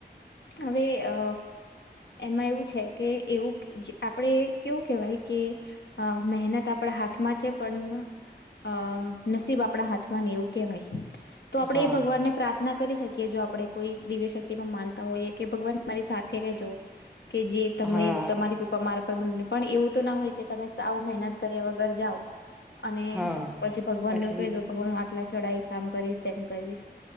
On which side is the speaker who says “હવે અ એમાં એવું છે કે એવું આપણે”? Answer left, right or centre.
Left